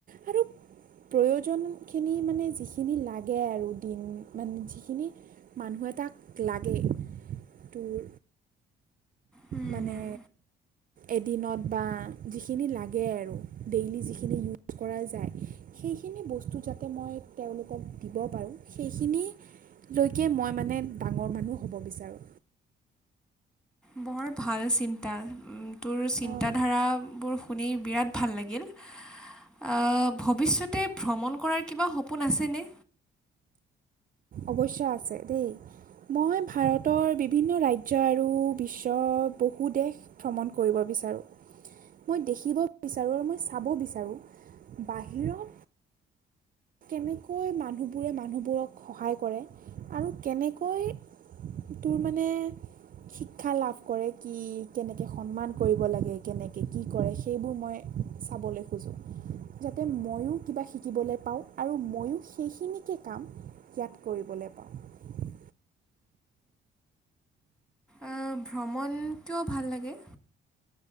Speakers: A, on the right (about 45°); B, in the centre.
A: আৰু প্ৰয়োজনখিনি মানে যিখিনি লাগে আৰু দিন মানে, যিখিনি মানুহ এটাক লাগে, তোৰ
B: হুম
A: মানে
B: হুম
A: এদিনত বা যিখিনি লাগে আৰু। ডেইলি যিখিনি ইউজ পৰা যায়, সেইখিনি বস্তু যাতে মই তেওঁলোকক দিব পাৰোঁ। সেইখিনিলৈকে মই মানে ডাঙৰ মানুহ হব বিচাৰোঁ।
B: বৰ ভাল চিন্তা, উম। তোৰ চিন্তাধাৰাবোৰ
A: অঁ
B: শুনি বিৰাট ভাল লাগিল। অ' ভৱিষ্যত তে ভ্ৰমণ কৰাৰ কিবা সপোন আছেনে?
A: অৱশ্যে আছে দেই। মই ভাৰতৰ বিভিন্ন ৰাজ্য আৰু বিশ্বৰ বহু দেশ ভ্ৰমণ কৰিব বিচাৰোঁ। মই দেখিব বিচাৰোঁ আৰু মই চাব বিচাৰোঁ, বাহিৰত কেনেকৈ মানুহবোৰে মানুহবোৰক সহায় কৰে। আৰু কেনেকৈ তোৰ মানে শিক্ষা লাভ কৰে? কি কেনেকৈ সন্মান কৰিব লাগে? কেনেকৈ কি কৰে, সেইবোৰ মই চাবলৈ খোজোঁ। যাতে ময়ো কিবা শিকিবলৈ পাওঁ। আৰু ময়ো সেইখিনিকে কাম ইয়াত কৰিবলৈ পাওঁ।
B: অ' ভ্ৰমণ কিয় ভাল লাগে?